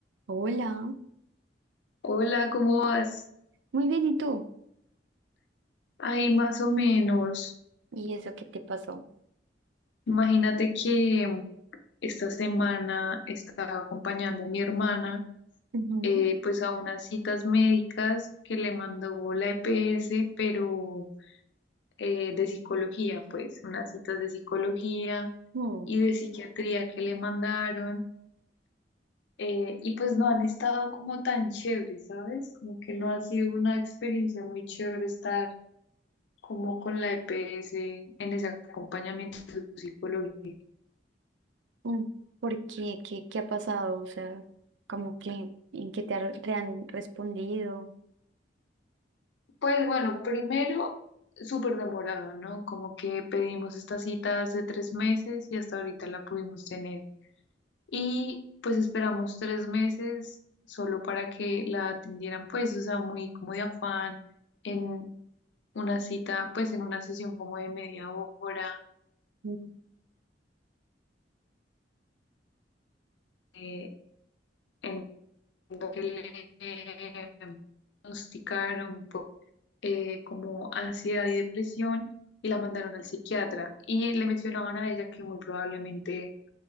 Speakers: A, on the right; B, on the left.
A: Hola,
B: Hola, ¿cómo vas?
A: muy bien, ¿y tú?
B: Ay, más o menos.
A: ¿Y eso qué te pasó?
B: Imagínate que mm, esta semana estaba acompañando a mi hermana,
A: Ujú.
B: eh, pues a unas citas médicas que le mandó la EPS, pero eh, de psicología, pues unas citas de psicología
A: Mm,
B: y de psiquiatría que le mandaron. eh, y pues no han estado como tan chéveres, ¿sabes? Como que no ha sido una experiencia muy chévere estar como con la EPS en ese acompañamiento psicológico.
A: mm. ¿Por qué? ¿Qué, qué ha pasado? O sea, como que, ¿en qué te, ha- te han respondido?
B: Pues bueno, primero, súper demorado, ¿no? Como que pedimos esta cita hace tres meses y hasta ahorita la pudimos tener. Y pues esperamos tres meses solo para que la atendieran, pues, o sea, muy como de afán en una cita, pues en una sesión como de media hora,
A: Mm.
B: eh, en lo que le diagnosticaron. eh, como ansiedad y depresión y la mandaron al psiquiatra y le mencionaban a ella que muy probablemente